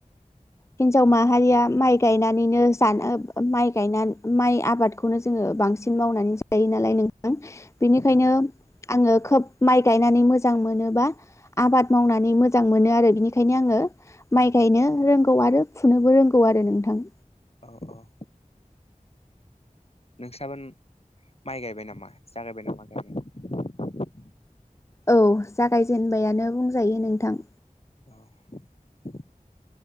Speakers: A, on the left (about 20°); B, on the left (about 45°).
A: हिन्जाव माहारिया माइ गायनानैनो जानो माइ गायनानै माइ आबादखौनो जोंङो बांसिन मावनानै जायो नालाय नोंथां बेनिखायनो
B: औ
A: आंङो खोब माइ गाय मोजां मोना बा आबाद मावनानै मोजां मोनो आरो बिनिखायनो आंङो माइ गायनो रों गौ आरो फुनोबो रोंगौ आरो नोंथां।
B: औ औ। नोंस्राबो माइ गायबाय नामा जागायबाय नामा गायनाया?
A: औ जागायजेनबायानो बुंजायो नोंथां।
B: <inaudible>